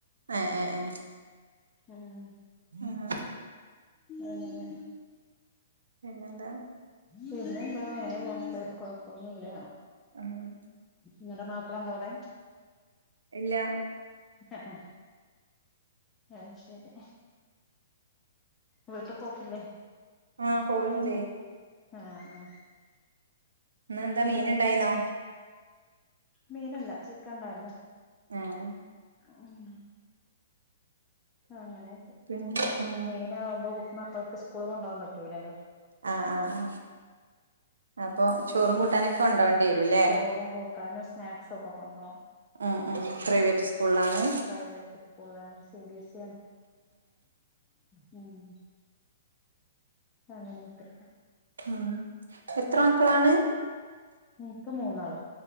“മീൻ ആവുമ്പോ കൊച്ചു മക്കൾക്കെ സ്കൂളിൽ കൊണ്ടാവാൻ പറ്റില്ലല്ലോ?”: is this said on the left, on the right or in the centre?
Left